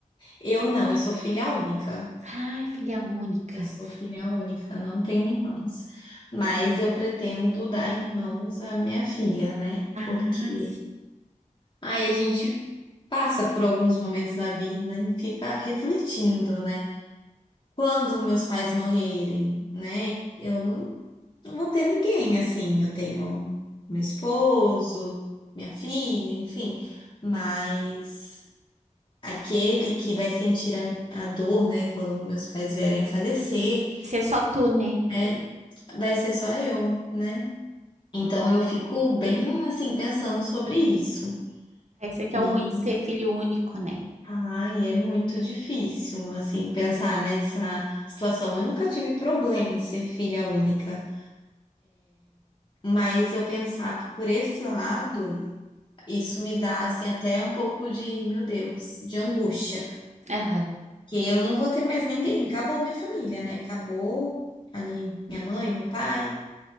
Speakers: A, on the left; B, on the right.
A: Eu não, eu sou filha única.
B: Ai, filha única.
A: Eu sou filha única, não tenho irmãos. Mas eu pretendo dar irmãos à minha filha, né?
B: Ah,
A: Porque
B: sim.
A: aí a gente passa por alguns momentos da vida e fica refletindo, né? quando meus pais morrerem, né? Eu não vou ter ninguém assim. Eu tenho meu esposo, minha filha, enfim. Mas aquele que vai sentir a, mi- a dor, né? Quando meus pais vierem a falecer,
B: Vai ser só tu, né?
A: né? Vai ser só eu, né? Então eu fico bem assim pensando sobre isso.
B: Esse aqui
A: E,
B: é o ruim de ser filho único, né?
A: ai, é muito difícil assim pensar nessa situação. Eu nunca tive problema em ser filha única. Mas eu pensar por esse lado, isso me dá assim até um pouco de, meu Deus, de angústia,
B: Aham.
A: que eu não vou ter mais ninguém, acabou minha família, né? Acabou ali minha mãe, meu pai,